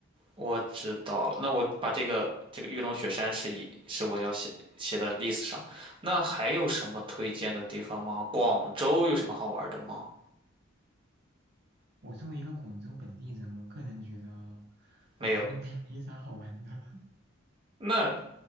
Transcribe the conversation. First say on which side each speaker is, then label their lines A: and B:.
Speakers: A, on the right (about 25°); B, on the right (about 55°).
A: 我知道了，那我把这个这个玉龙雪山是一是我要写写的 list 上。那还有什么推荐的地方吗？广州有什么好玩的吗？
B: 我作为一个广州本地人，我个人觉得
A: 没有。
B: 广州应该 <laughs> 没啥好玩的。
A: 那